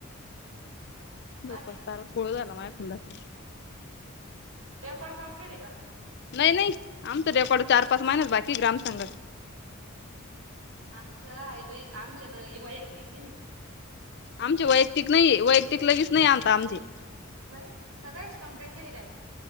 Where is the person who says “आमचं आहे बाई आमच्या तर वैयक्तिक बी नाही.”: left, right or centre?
Right